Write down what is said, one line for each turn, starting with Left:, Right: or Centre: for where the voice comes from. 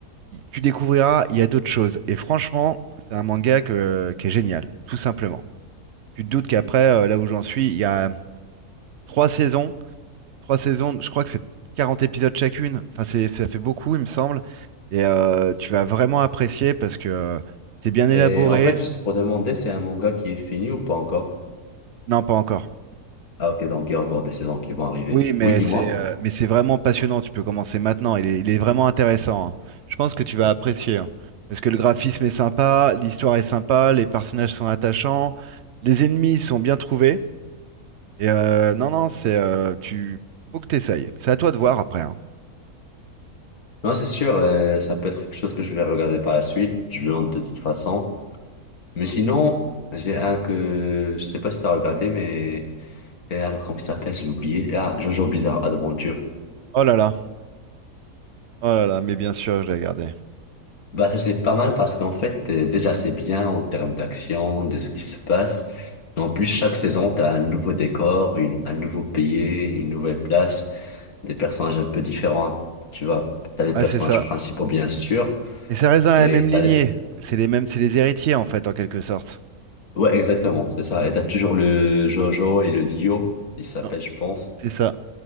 Right: tu découvriras, il y a d'autres choses. Et franchement, c'est un manga que- qui est génial, tout simplement. Tu te doutes qu'après, euh, là où j'en suis, il y a trois saisons. Trois saisons, je crois que c'est 40 épisodes chacune. Enfin, c'est, ça fait beaucoup, il me semble. Et euh, tu vas vraiment apprécier parce que euh, c'est bien élaboré.
Left: Et en fait, juste pour demander, c'est un manga qui est fini ou pas encore?
Right: Non, pas encore.
Left: Ah, ok, donc il y a encore des saisons qui vont arriver.
Right: Oui, mais
Left: Oui, dis-moi.
Right: c'est euh, mais c'est vraiment passionnant. Tu peux commencer maintenant. Il est, il est vraiment intéressant. hein. Je pense que tu vas apprécier. hein. Parce que le graphisme est sympa, l'histoire est sympa, les personnages sont attachants, les ennemis sont bien trouvés. Et euh, non, non, c'est euh, tu faut que t'essayes. C'est à toi de voir après. hein.
Left: Non, c'est sûr, euh, ça peut être quelque chose que je vais regarder par la suite, je le note de toute façon. Mais sinon, j'ai un que je sais pas si t'as regardé, mais. Et alors, comment il s'appelle? J'ai oublié. Ah, Jojo Bizarre Adventure.
Right: Oh là là, oh là là, mais bien sûr, je l'ai gardé.
Left: Bah ça c'est pas mal parce qu'en fait euh, déjà c'est bien en termes d'action, de ce qui se passe. En plus chaque saison t'as un nouveau décor, une, un nouveau pays, une nouvelle place, des personnages un peu différents. Tu vois, t'as les
Right: Ah,
Left: personnages
Right: c'est ça.
Left: principaux bien sûr.
Right: Mais ça reste dans la
Left: Et
Right: même lignée.
Left: t'as... le-
Right: C'est les mêmes, c'est les héritiers en fait, en quelque sorte.
Left: Ouais exactement, c'est ça. Et t'as toujours le Jojo et le Dio, il s'appelle
Right: Ouais,
Left: je pense,
Right: C'est ça.